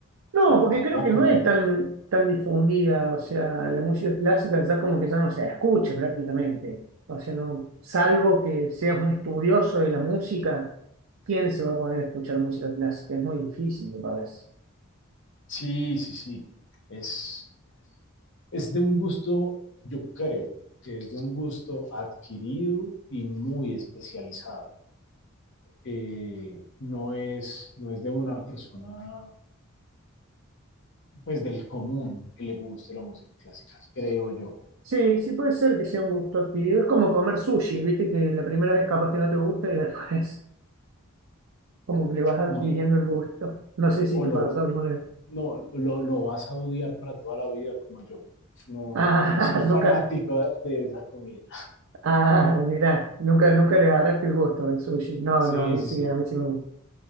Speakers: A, on the right; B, on the left.
A: No,
B: no,
A: porque
B: tampoco
A: creo que no
B: me...
A: es tan, tan difundida, o sea, la música clásica ya como que ya no se escucha prácticamente. O sea, no, salvo que seas un estudioso de la música, ¿quién se va a poner a escuchar música clásica? Es muy difícil, me parece.
B: Sí, sí, sí. Es, es de un gusto, yo creo que es de un gusto adquirido y muy especializado. Eh, no es, no es de una persona pues del común que le guste la música clásica, creo yo.
A: Sí, sí puede ser que sea un gusto adquirido. Es como comer sushi, viste que la primera vez capaz que no te gusta y después <laughs> como que le vas adquiriendo
B: No,
A: el gusto. No sé si
B: o
A: te
B: lo,
A: pasó alguna vez.
B: no, lo, lo vas a odiar para toda la vida como yo. No,
A: Ah,
B: no, no soy fanático
A: <laughs> nunca,
B: de esa comida.
A: ah, mira, nunca, nunca le agarraste el gusto al sushi. No,
B: Sí,
A: no, a mí
B: sí,
A: sí,
B: sí.
A: a mí sí me gusta.